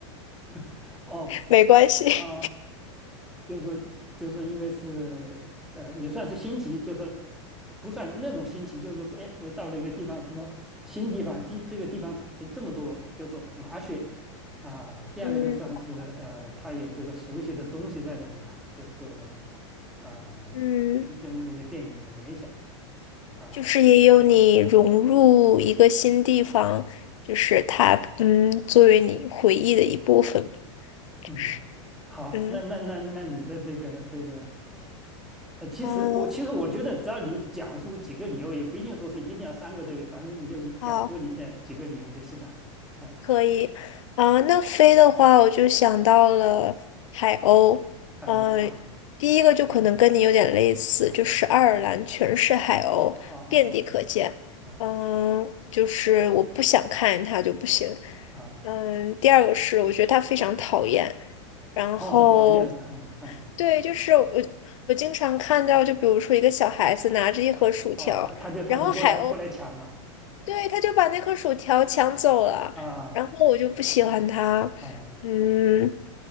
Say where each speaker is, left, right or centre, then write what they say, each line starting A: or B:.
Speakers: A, in the centre; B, on the left (about 80°).
A: <laughs> 哦，
B: 没关系，
A: 啊、就是就是因为是呃，也算是新奇，就是不算那种新奇，就是说是哎，我到了一个地方，怎么新地方，地这个地方怎么这么多，就是说麻雀啊、第二个就算是呃，
B: <laughs> 嗯
A: 它有这个熟悉的东西在这里吧，就是说呃，
B: 嗯。
A: 跟跟那个电影的联想啊、
B: 就是也有你融入一个新地方，就是它，嗯，作为你回忆的一部分就是，
A: 嗯，好，
B: 嗯
A: 那那那那你的这个这个呃，其实我其实我觉得，
B: 嗯，
A: 只要你讲出几个理由，也不一定说是一定要三个，对不对？反正你就是讲出理呃几个理由就行了。
B: 好，
A: 嗯，
B: 可以，啊、那飞的话，我就想到了海鸥，
A: 还有，
B: 嗯、
A: 嗯
B: 第一个就可能跟你有点类似，
A: 嗯，
B: 就是爱尔兰全是海鸥，
A: 哦哦哦
B: 遍地可见，
A: 哦
B: 嗯、就是我不想看见它就不行，
A: 啊，
B: 嗯，第二个是我觉得它非常讨厌。然后
A: 哦，<laughs> 讨厌了，嗯嗯，
B: 对，就是我我经常看到，就比如说一个小孩子拿着一盒薯条，
A: 哦，他他就他就过来过来抢了，
B: 然后海 <laughs> 鸥，对，他就把那盒薯条抢走了，
A: 啊
B: 然后我就不喜欢他，
A: 啊。
B: 嗯，